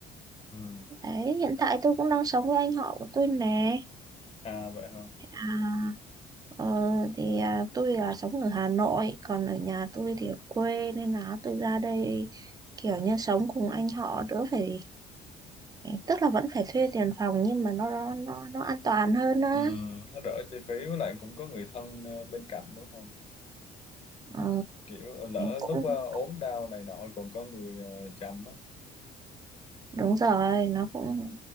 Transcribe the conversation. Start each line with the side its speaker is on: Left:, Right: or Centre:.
Left: Ừ.
Right: Đấy, hiện tại tôi cũng đang sống với anh họ của tôi nè.
Left: À vậy hả?
Right: À, ờ, thì à, tôi là sống ở Hà Nội, còn ở nhà tôi thì ở quê nên là tôi ra đây kiểu như sống cùng anh họ đỡ phải tức là vẫn phải thuê tiền phòng nhưng mà nó nó nó an toàn hơn á.
Left: Ừ, nó đỡ chi phí với lại cũng có người thân ờ, bên cạnh đúng không?
Right: Ờ,
Left: Kiểu ờ, lỡ
Right: cũng
Left: lúc ờ, ốm đau này nọ còn có người ờ, chăm á.
Right: đúng rồi, nó cũng